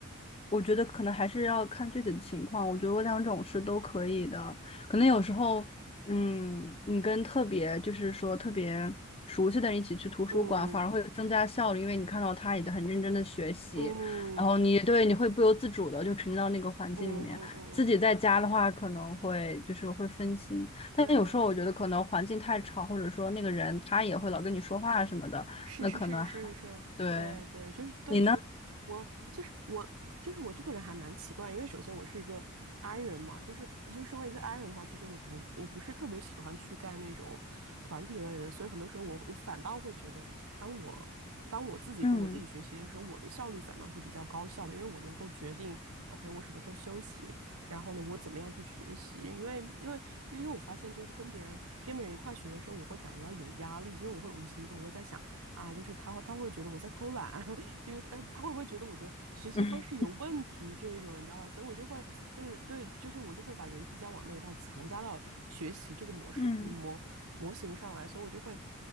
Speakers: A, on the left; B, on the right.
A: 我觉得可能还是要看具体的情况。我觉得我两种是都可以的。可能有时候，嗯，你跟特别就是说特别熟悉的人一起去图书馆，
B: 嗯
A: 反而会增加效率，因为你看到他也很认真的学习，
B: 嗯
A: 然后你对你会不由自主的就沉浸到那个环境里面。
B: 嗯嗯嗯嗯，
A: 自己在家的话，
B: 嗯，
A: 可能会就是会分心，但有时候我觉得可能环境太吵，
B: 对，
A: 或者说那个人他也会老跟你说话什么的。
B: 是是是是是，
A: 那可能还对，
B: 对对，就是对，
A: 你呢？
B: 所以我就是我就是我这个人还蛮奇怪，因为首先我是一个 I 人嘛，就是就是身为一个 I 人的话，其实我不我不是特别喜欢去干那种团体类的，所以很多时候我我反倒会觉得，当我当我自己跟我自己学习的时候，
A: 嗯
B: 我的效率反倒是比较高效的，因为我能够决定，OK，我什么时候休息，然后呢，我怎么样去学习？因为因为因为我发现，就是跟别人跟别人一块学的时候，我会感觉到有压力，因为我会无形中我会在想，啊，就是他会他会觉得我在偷懒，<laughs> 就是呃他会不会觉得我的学习方式有问题这一种，
A: 嗯
B: 你知道吧？所以我就会对对，就是我就会把人际交往那一套强加到学习这个模式模模型上来，
A: 嗯，
B: 所以我就会